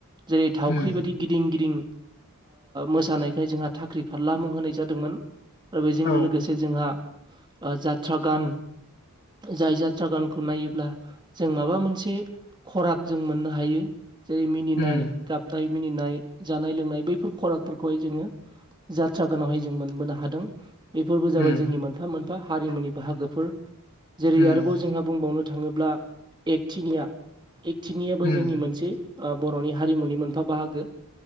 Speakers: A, on the right (about 20°); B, on the left (about 45°).
A: जेरै थावख्रि
B: उम
A: बायदि गिदिं गिदिं मोसानायखाय जोंहा साख्रि फारला मुं होनाय जादोंमोन आरो बेजों
B: औ
A: लोगोसे जोंहा जात्रा गान जाय जात्रा गानखौ नायोब्ला जों माबा मोनसे खराग जों मोननो हायो जेरै मिनिनाय
B: उम
A: गाबनाय मिनिनाय जानाय लोंनाय बैफोर खरागफोरखौहाय जोङो जात्रा गानावहाय जों मोनबोनो हादों बेफोरबो जाबाय
B: उम
A: जोंनि मोनफा मोनफा हारिमुनि बाहागोफोर जेरै
B: उम
A: आरोबाव जोंहा बुंबावनो थाङोब्ला एकटिनिया एकटिनियाबो
B: उम
A: जोंनि मोनसे बर'नि हारिमुनि मोनफा बाहागो